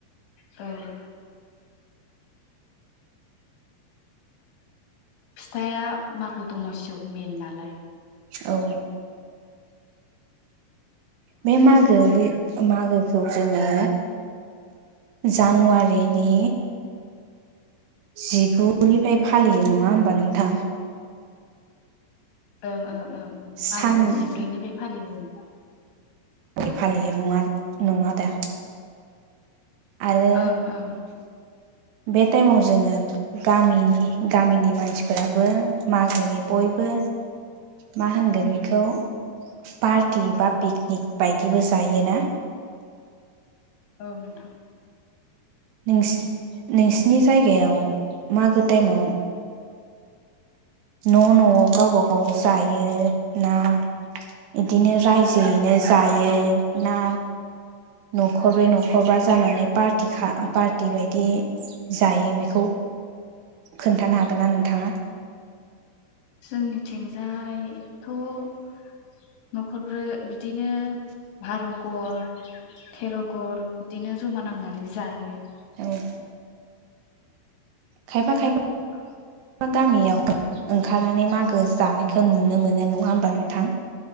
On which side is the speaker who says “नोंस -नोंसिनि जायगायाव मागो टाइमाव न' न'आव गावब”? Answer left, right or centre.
Right